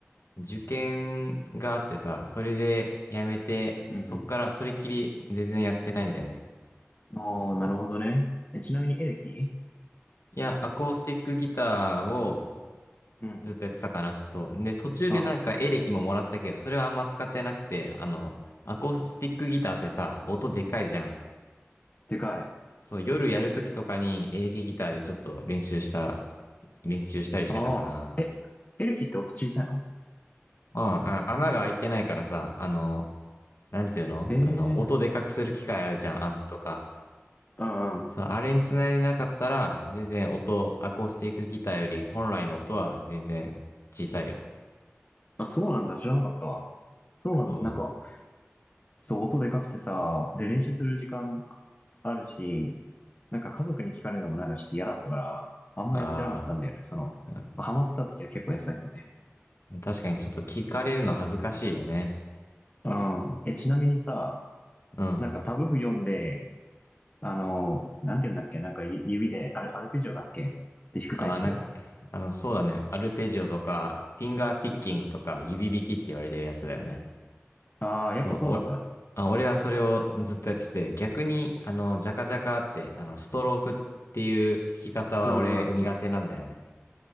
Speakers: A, on the left; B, on the left.
A: 受験があってさ、それでやめて、
B: うん
A: そっからそれっきり全然やってないんだよね。
B: うん。ああ、なるほどね。え、ちなみにエレキ
A: いや、アコースティックギターを
B: うん。
A: ずっとやってたかな。そう。で、途中でなんかエレキももらったけど、
B: あ、
A: それはあんま使ってなくて、あの、アコースティックギターってさ、音でかいじゃん。
B: でかい。
A: そう、夜やるときとかにエレキギターでちょっと練習した、練習したりしてたかな。
B: ああ。え、エレキって音小さいの
A: うん、あ穴が開いてないからさ、あの、なんていうのあの、
B: ええ
A: 音でかくする機械あるじゃん、アンプとか。
B: ー。あ
A: そう、あれにつないでなかったら、全然音、アコースティックギターより本来の音は全然小さいよ。
B: あ、あ、そうなんだ。知らなかったわ。そうなん、
A: そう。
B: なんか、そう、音でかくてさ、で、練習する時間あるし、なんか家族に聞かれるのもなんかちょっと嫌だったから、あんまやってなかったんだよね。
A: あ
B: その、
A: ーま
B: まあハマってた時は結構やってたけどね。
A: あ、確かにちょっと聞かれるの恥ずかしいよね。
B: うん。え、ちなみにさ、
A: うん。
B: なんかタブ譜読んで、あの、なんて言うんだっけ、なんかゆ指でアル、アルペジオだっけで弾くタイプ
A: ああ、なんか、あの、そうだね。アルペジオとか、フィンガーピッキングとか、指弾きって言われてるやつだよね。
B: ああー、やっぱそうなんだ。
A: そう、お、あ、俺はそれをずっとやってて、逆に、あの、ジャカジャカって、あの、ストロークっていう弾き方は俺苦手なんだよね。
B: うんうんうん。